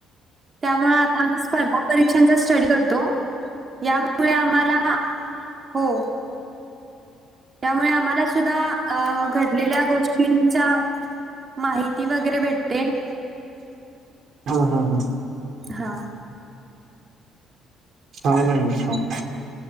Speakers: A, on the right; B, on the right.
A: त्यामुळ आता मी स्पर्धा परीक्षांचा स्टडी करतो यामुळे आम्हाला हो. यामुळे आम्हाला सुद्धा अ घडलेल्या गोष्टींच्या माहिती वगैरे भेटते.
B: हं हं हं.
A: हां.
B: छान आहे छान.